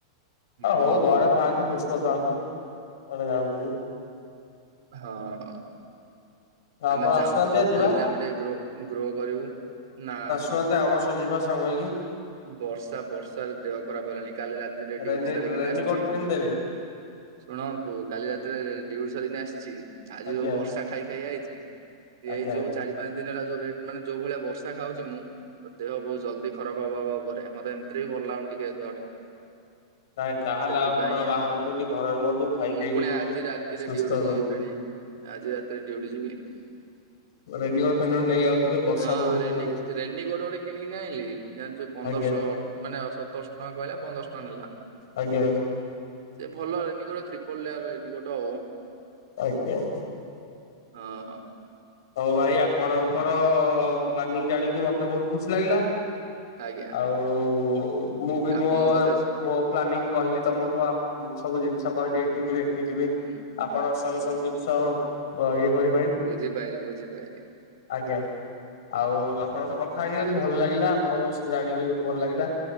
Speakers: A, on the right; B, on the left.
A: ହୁଁ
B: ଆ ହଉ ଘରେ ଥାଆନ୍ତୁ ସୁସ୍ଥ ଖାଆନ୍ତୁ, କୁଆଡେ ଯାଆନ୍ତୁନି।
A: ହଁ।
B: ଆପଣ
A: ଆମେ ଚାହୁଁଚୁ
B: ଆସୁନାହାନ୍ତି
A: ଜଲ୍ଦି-ଜଲ୍ଦି
B: ଆ ଯିବା
A: ଆମେ ଟିକେ ଗ୍ରୋ-ଗ୍ରୋ କରିବୁ, ନା
B: <unintelligible> ଆମ ସହ ଯିବା ସାଙ୍ଗ ହେଇକି।
A: ବର୍ଷା ବର୍ଷାରେ ଦେହ ଖରାପ୍ ହେଲାଣି, କାଲି ରାତିରେ
B: ରେନି
A: ଡିଉଟି ସାରିକିନି
B: ରେନିକୋଟ
A: ଆସ୍ଚି।
B: ପିନ୍ଧିଦେବେ
A: ଶୁଣନ୍ତୁ କାଲି ରାତିରେ ଡିଉଟି ସରିିକିନି ଆସ୍ଚି। ଆଜି
B: ଆଜ୍ଞା
A: ଯୋଉ ବର୍ଷା ଖାଇ-ଖାଇ ଆଇଚି,
B: ଆଜ୍ଞା
A: ଏଇ ଯୋଉ ଚାରି ପାଞ୍ଚ ଦିନି ହେଲା ଯୋଉ ରେଟ୍ ମାନେ ଯୋଉ ଭଳିଆ ବର୍ଷା ଖାଉଚି ମୁଁ, ତ ଦେହ ବହୁତ୍ ଜଲ୍ଦି ଖରାପ୍ <unintelligible> ଓପରେ ମତେ ଏମ୍ତି ରେ ବି ଭଲ୍ ଲାଗୁନି ଟିକେ ଦେହଟା।
B: ନାଇଁ ତାହେଲେ
A: ସେଥିପାଇଁ
B: ଆପଣ ବାହାରେ
A: ଆଉ,
B: ରୁହନ୍ତୁନି ଘରେ ରୁହନ୍ତୁ ଖାଇ
A: ମୁଁ
B: ପିଇକି
A: ଫୁଣି
B: ରୁହନ୍ତୁ
A: ଆଜି ରାତିରେ
B: ସୁସ୍ଥ
A: ଡିଉଟି
B: ରୁହନ୍ତୁ
A: ଯିବି ଫେଣି। ଆଜି ରାତିରେ ଡ଼ିଉଟି ଯିବି।
B: ରେନିକୋଟ ଫେନିକୋଟ ନେଇକି ଯାଉଥିବେ ବର୍ଷା
A: ହଁ
B: ବହୁତ୍ ଜୋରେ ହଉଚି।
A: ରେନି କୋଟ ଗୋଟେ କିଣିକିନା ଆଇଁଲି। ଜାଣିଚୁ ପନ୍ଦରଶହ
B: ଆଜ୍ଞା
A: ମାନେ ସତରଶହ ଟଙ୍କା କହିଲା ପନ୍ଦରଶହ ଟଙ୍କା ନେଲା।
B: ଆଜ୍ଞା
A: ସେ ଭଲ ରେନିକୋଟ, ତ୍ରିପଲ୍ ଲେୟାର୍ ର ରେନିକୋଟ ଆଉ।
B: ଆଜ୍ଞା-ଆଜ୍ଞା।
A: ହଁ।
B: ହଉ ଭାଇ ଆପଣଙ୍କର ପ୍ଲାନିଂ ଜାଣିକି ମତେ ବହୁତ୍ ଖୁସି ଲାଗିଲା।
A: ଆଜ୍ଞା
B: ଆଉ ମୁଁ ବି
A: ଆପଣଙ୍କ
B: ମୋ-ମୋ
A: କଥା
B: ପ୍ଲାନିଂ କହିଲି ତମକୁ ଆଉ ସବୁ ଜିନିଷ କହିଲେ ଏଇଠି ଯିବେ। ଠିକି ଯିବି
A: ହୁଁ
B: ଆପଣ ସ ବି ସବୁ ଜିନିଷ ଇଏ କରି
A: ବୁଝି ପାଇଲି, ବୁଝି ପାଇଲି।
B: ଆଜ୍ଞା ଆଉ ଆପଣଙ୍କ ସହ କଥା ହେଇକି <unintelligible> ଭଲ ଲାଗିଲା, ଆପଣଙ୍କ ବିଷୟରେ ଜାଣିକି <unintelligible> ଭଲ୍ ଲାଗିଲା।